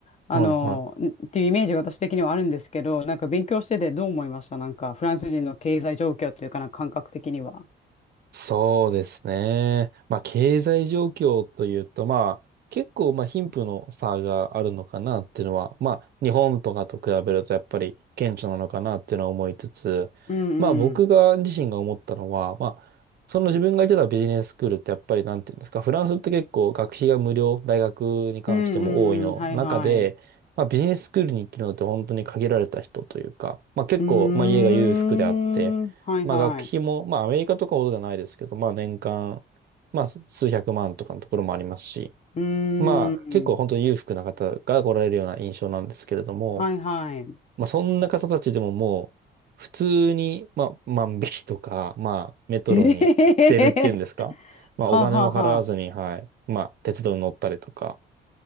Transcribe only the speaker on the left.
あの、
んっていうイメージが私的にはあるんですけど、なんか勉強しててどう思いましたなんかフランス人の経済状況っていうかなんか感覚的には。
うんうん。
うんうんうん。はいはい。う
ーん。
はいはい。
うーん。
はいはい。
ええへへへへ
はあはあはあ。